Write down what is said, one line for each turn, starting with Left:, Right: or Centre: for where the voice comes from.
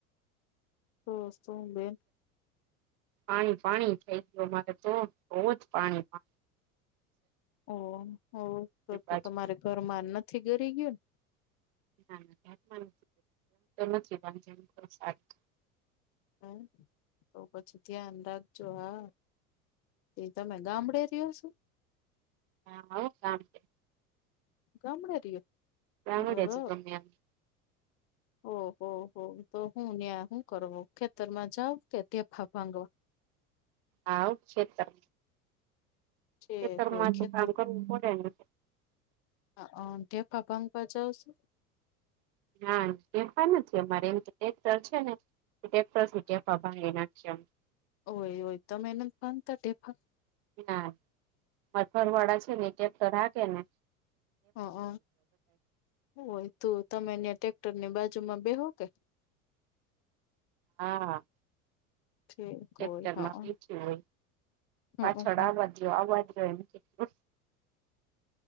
Left: તોસ તો બેન
Right: પાણી પાણી થઈ ગયો, મારે તો બહુ જ પાણી છે.
Left: ઓ ઓ
Right: આપણી
Left: તો તો
Right: બાજુ
Left: તમારે ઘરમા નથી ગરી ગયુ ને
Right: ના ના ક્યાંમાં નથી કરમ નથી સારી
Left: હમ, તો પછી ધ્યાન રાખજો હા. એ તમે ગામડે રહો છો.
Right: હા હા ગામડે
Left: ગામડે રીયો
Right: ગામડે
Left: અરર
Right: જ ગમે <inaudible>
Left: ઓહ હો હો તો હું ત્યા હું કરો ખેતરમા જાવ કે ઢેફા ભાગો?
Right: હા ખેતર
Left: છે
Right: ખેતરમા
Left: કોઈ ખેતર
Right: તો કામ કરવુ પડે ને.
Left: હ ઢેફા ભાગવા જાવ છો?
Right: હા ઢેફા નથી અમારે એમ તો ટ્રેક્ટર છે ને ટ્રેક્ટરથી ઢેફા ભાગી નાખીએ અમે.
Left: હોય હોય તમે નથી ભાંગતા ઢેફા?
Right: ના અમારા ઘરવાળા છેને ટ્રેક્ટર હાકેને
Left: હ હ હોવે તો તમે ને ત્યા ટ્રેક્ટર ની બાજુમા બેહો કે?
Right: હા
Left: ઠીક
Right: ટ્રેક્ટર
Left: હોય હા
Right: મા બેઠી હોય
Left: હમ
Right: પાછળ
Left: હમ
Right: આવવાજદો આવવાજદો એમ કહુ.